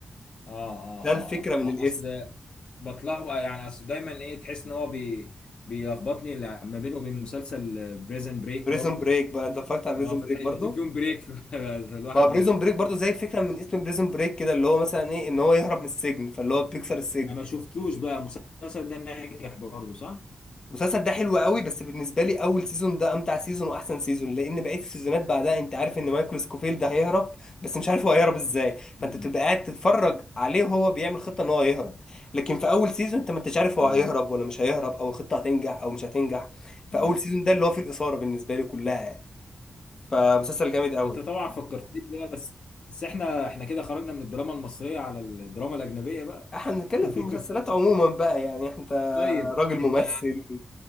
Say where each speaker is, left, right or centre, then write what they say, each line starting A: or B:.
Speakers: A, on the left; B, on the left.
A: اه اه,
B: ده الفكرة
A: آه,
B: من
A: آه
B: الاسم
A: اصل بتلخبط يعني اصل دايما ايه تحس ان هو بي بيلخبطني لا- ما بينه وبين مسلسل بريزن بريك
B: بريزون
A: برضو
B: بريك بقى انت اتفرجت على بريزون
A: اه فتح
B: بريك
A: الاتنين
B: برضو
A: فيهم بريك <laughs> ف- فالواحد
B: ما بريزون
A: بي-
B: بريك برضو زي الفكره من اسم بريزون بريك كده اللي هو مثلا ايه ان هو يهرب من السجن فاللي هو بيكسر السجن
A: انا ما شفتوش بقى المسلسل ده ناجح برضو صح؟
B: المسلسل ده حلو قوي بس بالنسبه لي اول سيزون ده امتع سيزون واحسن سيزون لان بقيه السيزونات بعدها انت عارف ان مايكل سكوفيلد ده هيهرب بس مش عارف هو هيهرب ازاي فانت
A: امم
B: تبقى قاعد تتفرج عليه وهو بيعمل خطه ان هو هيهرب لكن في اول سيزون انت ما انتش عارف
A: اه
B: هو هيهرب ولا مش هيهرب او الخطه هتنجح او مش هتنجح فاول
A: اه
B: سيزون ده اللي هو فيه الاثاره بالنسبه لي كلها يعني فمسلسل جامد قوي
A: انت
B: يعني.
A: طبعا فكرتني بقى بس بس احنا احنا كده خرجنا من الدراما المصرية على الدراما الأجنبية بقى
B: احنا بنتكلم
A: <laughs>
B: في المسلسلات عموما بقى يعني انت
A: طيب
B: راجل ممثل
A: انت